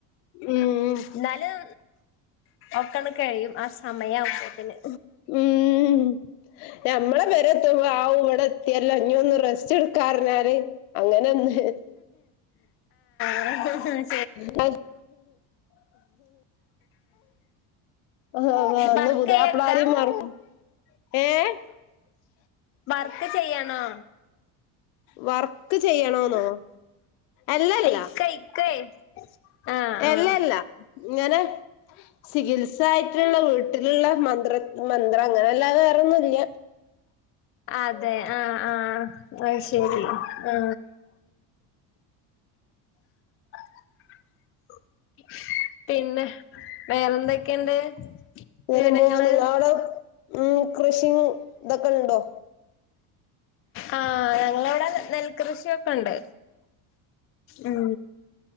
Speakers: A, on the left; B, on the left.
A: ഉം
B: എന്നാലും ഒക്കണ കഴിയും സമയാവും അപ്പോത്തിന്
A: ഉം ഞമ്മളെ പെര എത്തുമ്പോ ആ ഇവിടെ എത്തിയല്ലോ ഇഞ്ഞൊന്ന് റസ്റ്റ് എടുക്കാ പറഞ്ഞാല് അങ്ങനെന്നെ
B: <unintelligible>
A: <unintelligible> ആഅന്ന്
B: വർക്ക്
A: പുതിയപ്പളമാരെ
B: ചെയ്യക്കാ
A: <unintelligible>
B: വർക്ക് ചെയ്യണോ
A: വർക്ക് ചെയ്യണോന്നോ അല്ലല്ല
B: ഇക്ക ഇക്കേ ആഹ്
A: എല്ലല്ല
B: ആഹ്
A: ഇങ്ങനെ ചികിത്സ ആയിട്ടുള്ള വീട്ടിലുള്ള മന്ത്ര മന്ത്രം അങ്ങനെല്ലാ വേറെയൊന്നുല്ല
B: അതെ ആആഅ യ്ശരി ആ <inaudible> പിന്നെ വേറെന്തൊക്കെയുണ്ട്
A: ഇങ്ങനം
B: വിവരങ്ങള്
A: പോകുന്നു നിങ്ങടെ കൃഷി ഇതൊക്കെഉണ്ടോ
B: ആ ഞങ്ങളവിടെ നെൽകൃഷിയൊക്കെ ഇണ്ട് ഉം